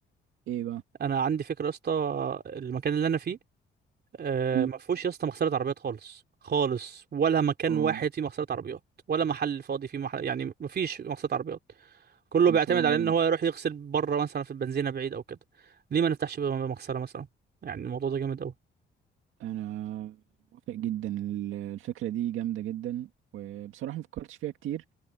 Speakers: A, on the right (about 90°); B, on the right (about 55°).
A: ايه بقى
B: انا عندي فكره يا اسطى المكان اللي انا فيه آه
A: مم.
B: ما فيهوش يا اسطى مغسله عربيات خالص خالص ولا مكان
A: اه
B: واحد فيه مغسله عربيات ولا محل فاضي فيه محل يعني ما فيش مغسله عربيات كله
A: مشروع
B: بيعتمد على
A: جامد
B: ان هو يروح يغسل بره مثلا في البنزينه بعيد او كده ليه ما نفتحش بقى مغسله مثلا يعني الموضوع ده جامد
A: انا موافق جدا ال- الفكره دي جامده جدا وبصراحه ما فكرتش فيها كتير